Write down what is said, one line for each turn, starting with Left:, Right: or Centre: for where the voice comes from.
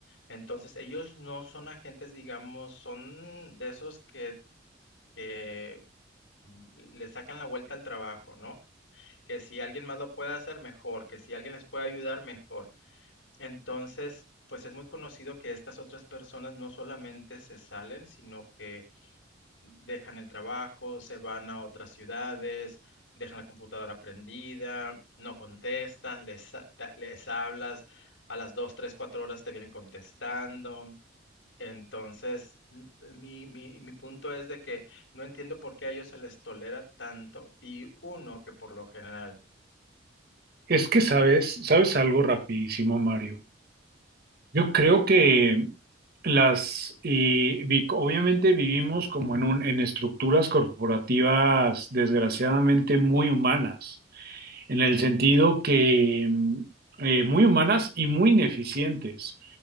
Left: Entonces, ellos no son agentes, digamos, son de esos que, que mm, le sacan la vuelta al trabajo, ¿no? Que si alguien más lo puede hacer, mejor, que si alguien les puede ayudar, mejor. Entonces, pues es muy conocido que estas otras personas no solamente se salen, sino que dejan el trabajo, se van a otras ciudades, dejan la computadora prendida, no contestan, les, ha- ta- les hablas, a las dos, tres, cuatro horas te vienen contestando. Entonces, n- mi, mi, mi punto es de que no entiendo por qué a ellos se les tolera tanto y uno que por lo general.
Right: Es que sabes, sabes algo rapidísimo, Mario. Yo creo que las, eh, vi- obviamente vivimos como en un, en estructuras corporativas desgraciadamente muy humanas, en el sentido que mm, eh, muy humanas y muy ineficientes,